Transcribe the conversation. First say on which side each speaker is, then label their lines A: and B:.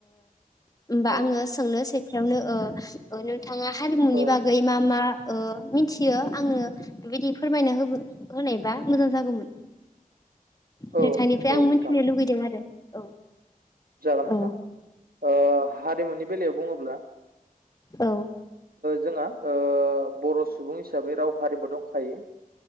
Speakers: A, on the left; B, on the right.
A: होमबा
B: औ
A: आङो सोंनो सेथियावनो ओ <unintelligible> नोंथाङा हारिमुनि
B: औ
A: बागै मा -मा ओ मिथियो आंनो बेबायदि फोरमायना होनायबा मोजां जागौमोन। नोंथांनिफ्राय
B: औ औ
A: आं
B: नोंथां
A: मिथिनो लुगैदों आरो औ
B: जागोन नोंथां
A: औ
B: हारिमुनि बेलायाव बुङोब्ला
A: औ।
B: जोंहा ओ बर' सुबुं हिसाबै राव हारिमु दंखायो।